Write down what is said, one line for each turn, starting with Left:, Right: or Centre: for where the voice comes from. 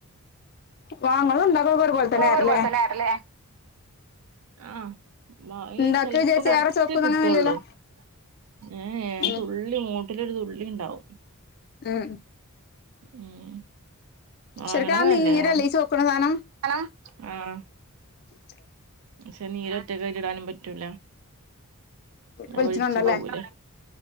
Left: വാങ്ങലും ഉണ്ടാക്കലൊക്കെ ഒരുപോലെ തന്നെയായിരുല്ലേ
Right: ഓവർ പോലെത്തലെ ക്കല്ലേ? ആ മഴീം
Left: ഇണ്ടാക്കി
Right: ചെലപ്പൊ
Left: വിചാരിച്ച്
Right: കൊറ്ച്ച്
Left: ഏറെ ചോക്കുന്ന്
Right: കിട്ടുള്ളൂ.
Left: അങ്ങനെല്ലല്ലോ
Right: ഏ എ
Left: ഉം
Right: തുള്ളി മൂ ട്ടിലൊരു തുള്ളിൺണ്ടാവും.
Left: ഉം
Right: ഉം വാങ്ങണത്
Left: ശരിക്കും ആ
Right: നല്ലതാ
Left: നീരല്ലേ ഈ ചോക്കണ സാനം
Right: ഹലോ ആഹ
Left: <unintelligible>
Right: ക്ഷെ നീരൊറ്റക്കാ അയിലിടാനും പറ്റൂല. അഹ്
Left: ഒലിച്ചണുണ്ടല്ലേ
Right: ഒലിച്ചു പോവൂല്ലേ.